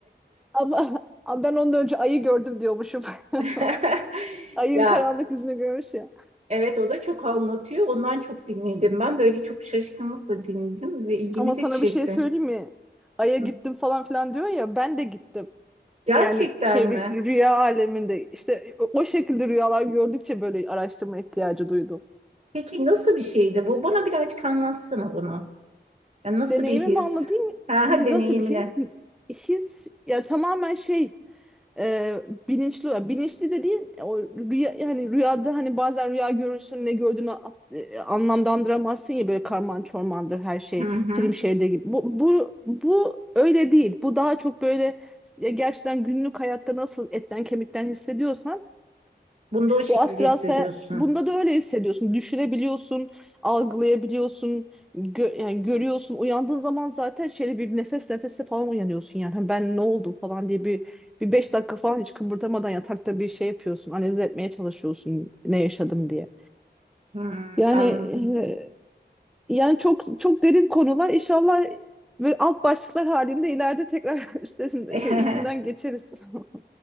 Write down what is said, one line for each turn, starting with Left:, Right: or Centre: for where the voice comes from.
Centre: <laughs> ama ama ben ondan önce ayı gördüm diyormuşum. <laughs>
Right: <laughs>
Centre: Ayın
Right: Ya
Centre: karanlık yüzünü görmüş ya.
Right: Evet o da çok anlatıyor. Ondan çok dinledim ben. Böyle çok şaşkınlıkla dinledim ve ilgimi
Centre: Ama sana
Right: de çekti.
Centre: bir şey söyleyeyim mi? Ay'a gittim
Right: Hı.
Centre: falan filan diyor ya ben de gittim.
Right: Gerçekten
Centre: Yani şey rü-
Right: mi?
Centre: rüya aleminde işte o o şekilde rüyalar gördükçe böyle araştırma ihtiyacı duydum.
Right: Peki nasıl bir şeydi bu? Bana birazcık anlatsana bunu. Ya nasıl
Centre: Deneyimimi
Right: bir his?
Centre: anlatayım.
Right: Ha,
Centre: Nasıl
Right: ha deneyimine.
Centre: bir his? His ya tamamen şey e, bilinçli bilinçli dediğin e, o rüya yani rüyada hani bazen rüya görürsün ne gördüğünü a- e, anlamlandıramazsın ya böyle karman çormandır her şey
Right: Hı hı.
Centre: film şeridi gibi. Bu, bu bu öyle değil. Bu daha çok böyle ya gerçekten günlük hayatta nasıl etten kemikten hissediyorsan
Right: Bunu da o şekilde
Centre: Bu astral
Right: hissediyorsun.
Centre: seyahat bunda da öyle hissediyorsun. Düşünebiliyorsun, algılayabiliyorsun, gö- yani görüyorsun. Uyandığın zaman zaten şöyle bir nefes nefese falan uyanıyorsun yani. Hani ben ne oldum falan diye bir bir beş dakika falan hiç kıpırdamadan yatakta bir şey yapıyorsun. Analiz etmeye çalışıyorsun ne yaşadım diye.
Right: Hı,
Centre: Yani
Right: anladım.
Centre: e, yani çok çok derin konular. İnşallah böyle alt başlıklar halinde ileride tekrar <laughs> üstesinden
Right: <laughs>
Centre: şey üstünden geçeriz. <laughs>